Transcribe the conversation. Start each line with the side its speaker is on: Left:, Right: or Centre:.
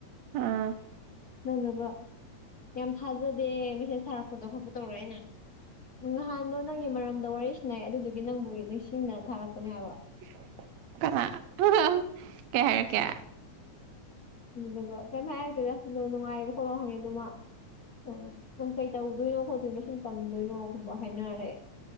Right: ꯑꯥ
Left: ꯅꯪꯅꯕ ꯌꯥꯝ ꯊꯥꯖꯗꯦ ꯃꯦꯁꯦꯁ ꯊꯥꯔꯛꯄꯗꯣ ꯈꯣꯠꯄ ꯇꯧꯔ ꯑꯩꯅ ꯅꯍꯥꯟꯗꯣ ꯅꯪꯒꯤ ꯃꯔꯝꯗ ꯋꯥꯔꯤ ꯁꯥꯅꯩ ꯑꯗꯨꯗꯨꯒꯤ ꯅꯪꯕꯨ ꯅꯤꯡꯁꯤꯡꯅ ꯊꯥꯔꯛꯄꯅꯦ ꯍꯥꯏꯕ
Right: <unintelligible> ꯀꯅꯥ ꯍꯥꯍꯥ ꯀꯩ ꯍꯥꯏꯔꯛꯀꯦ
Left: <unintelligible> ꯎ ꯑꯗꯨ ꯀꯩꯃ ꯍꯥꯏꯔꯛꯇꯦꯗꯥ ꯅꯨꯡꯉꯥꯏꯔꯤꯕꯣ ꯈꯣꯠꯂꯣ ꯍꯪꯉꯦ ꯑꯗꯨꯃ ꯑꯣ ꯅꯪ ꯀꯩ ꯇꯧꯗꯣꯏꯅꯣ ꯈꯣꯠꯇꯣꯏꯅꯣ ꯁꯨꯝ ꯇꯝꯗꯣꯏꯅꯣꯒꯨꯝꯕ ꯍꯥꯏꯅꯔꯦ